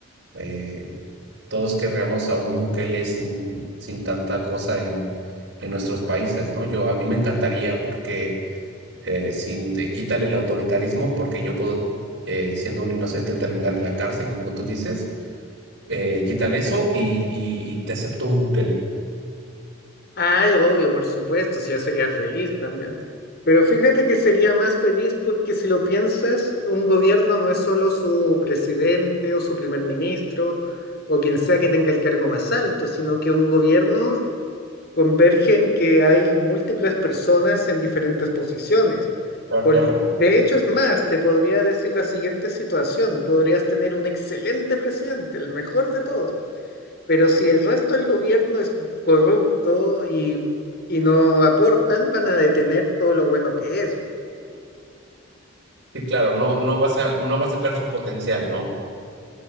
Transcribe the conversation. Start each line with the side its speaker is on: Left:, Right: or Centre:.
Right: eh, todos querríamos a un Bukele sin, sin tanta cosa en, en nuestros países, ¿no? Yo, a mí me encantaría porque eh, sin, te- quítale el autoritarismo porque yo puedo, eh, siendo un inocente, terminar en la cárcel, como tú dices. Eh, quítale eso y, y, y te acepto un Bukele.
Left: Ay, obvio, por supuesto, si yo sería feliz también. Pero fíjate que sería más feliz porque si lo piensas, un gobierno no es solo su presidente o su primer ministro o quien sea que tenga el cargo más alto, sino que un gobierno converge en que hay múltiples personas en diferentes posiciones.
Right: Ah,
Left: Por-
Right: claro.
Left: de hecho, es más, te podría decir la siguiente situación. Podrías tener un excelente presidente, el mejor de todos pero si el resto del gobierno es corrupto y, y no aportan, van a detener todo lo bueno que es.
Right: Y claro, no, no vas a, no va a sacar su potencial, ¿no?